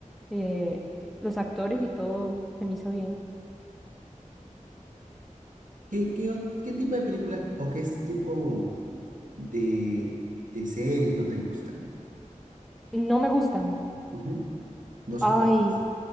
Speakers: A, in the centre; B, on the right.
A: eh, los actores y todo se me hizo bien.
B: ¿Qué, qué, o- qué tipo de películas o qué es tipo de, de series no te gustan?
A: No me gustan.
B: Ujú. No soportas.
A: Ay,